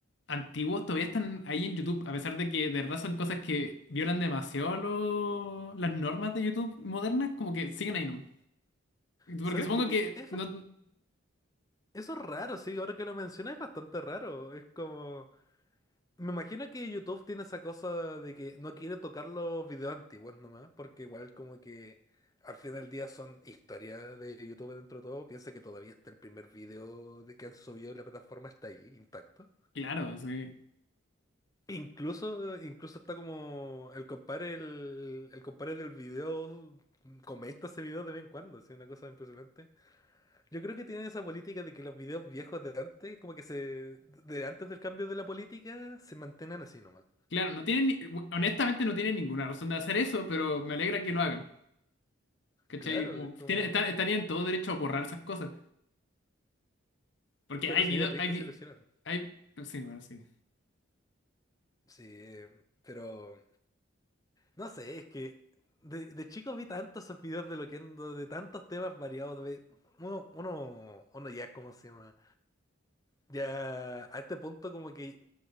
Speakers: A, on the left; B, on the left.
A: antiguos todavía están ahí en YouTube, a pesar de que de verdad son cosas que violan demasiado lo- las normas de YouTube modernas, como que siguen ahí nomás.
B: ¿Sabes
A: Porque supongo
B: qué tiene?
A: que
B: Eso,
A: no.
B: eso es raro, sí, ahora que lo mencionas es bastante raro. Es como. Me imagino que YouTube tiene esa cosa de que no quiere tocar los videos antiguos nomás, porque igual como que al final del día son historias de YouTube dentro de todo. Piensa que todavía está el primer video de que han subido y la plataforma está ahí intacto.
A: Claro, sí.
B: Incluso, incluso está como el compadre, el, el compadre del video comenta ese video de vez en cuando, así una cosa impresionante. Yo creo que tienen esa política de que los videos viejos de antes, como que se, de antes del cambio de la política, se mantengan así nomás.
A: Claro, no tienen, ni- honestamente no tienen ninguna razón de hacer eso, pero me alegra que lo hagan. ¿Cachai?
B: Claro,
A: Como,
B: es como,
A: tiene- está- estarían todo derecho a borrar esas cosas. Porque
B: pero
A: hay
B: sería
A: videos,
B: triste
A: hay, vi-
B: si lo hicieran.
A: hay, sí, bueno, sí.
B: Sí, pero no sé, es que de, de chico vi tantos esos videos de lo que de tantos temas variados, de uno, uno, uno ya, ¿cómo se llama? Ya a este punto como que